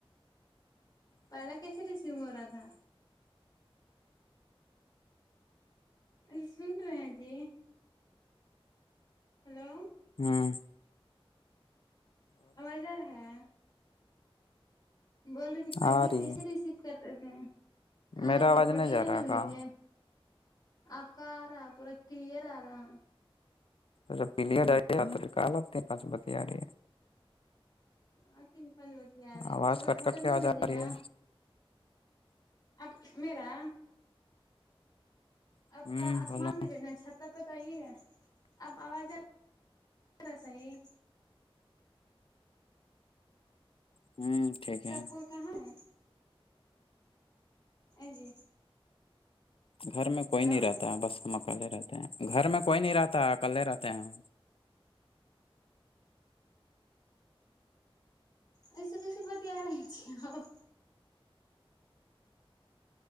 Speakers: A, on the left; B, on the left.
A: کلاکسری شیو راھا ا سنر ہے جی ہلو
B: ہاں
A: اواز رہ ہے بول رہی کہ پہلے
B: آ رہی
A: کیسے
B: ہے
A: ریسیو کرتے تھے
B: میرا
A: آ رہی
B: آواز
A: ہے فوٹو یہ
B: جا
A: نہیں
B: رہا
A: ن بھیجے
B: کہاں
A: آپ کا آ رہا ہے پورا کلیئر آ رہا ہے
B: تو جب پیلیے جائیے کال آپتے ہیں پاس بت رہی ہے
A: آ تین پانچ بجے آ رہے
B: آواز
A: بول رہے
B: کٹ
A: فوٹو
B: کٹ کے
A: نہیں
B: آ
A: بھیجی
B: جا رہی
A: نا
B: ہے
A: آپ میرا
B: ہ
A: آپ کا آسمان
B: بولو
A: بھی کر چھت پ پت ہی ہے اب آوازا صحیح
B: ہوں ٹھیک
A: سب
B: ہے
A: کوئی کہاں ہے ا جی
B: گھر میں کوئی
A: ہلو
B: نہیں رہتا ہے بس ہم اکلے رہتے ہیں گھر میں کوئی نہیں رہتا اکلے رہتے ہیں ہم
A: ایسے کیسے بتیا رہے جی آپ